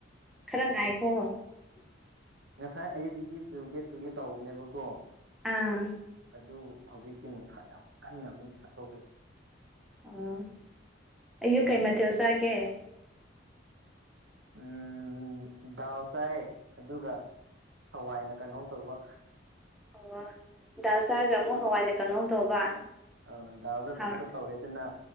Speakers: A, in the centre; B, on the right.
A: ꯈꯔ ꯉꯥꯏꯈꯣ
B: ꯉꯁꯥꯏ ꯑꯌꯨꯛꯇꯨꯗꯤ ꯆꯨꯒꯦ ꯆꯨꯒꯦ ꯇꯧꯕꯅꯦꯕꯀꯣ
A: ꯑꯪ
B: ꯑꯗꯨ ꯍꯧꯖꯤꯛꯇꯤ ꯅꯨꯡꯁꯥ ꯌꯥꯝ ꯀꯟꯅ ꯑꯃꯨꯛ ꯁꯥꯊꯣꯛꯈ꯭ꯔꯦ
A: ꯑꯣ ꯑꯌꯨꯛ ꯀꯩ ꯃꯊꯦꯜ ꯆꯥꯒꯦ
B: ꯎꯝ ꯗꯥꯜ ꯆꯥꯏꯌꯦ ꯑꯗꯨꯒ ꯍꯋꯥꯏꯅ ꯀꯥꯡꯍꯧ ꯇꯧꯕ
A: ꯑꯣ ꯗꯥꯜ ꯆꯥꯔꯒ ꯑꯃꯨꯛ ꯍꯋꯥꯏꯅ ꯀꯥꯡꯍꯧ ꯇꯧꯕ
B: ꯑꯧ ꯗꯥꯜꯗꯣ
A: ꯍꯥꯎ
B: ꯆꯝꯐꯨꯠ ꯇꯧꯔꯦꯗꯅ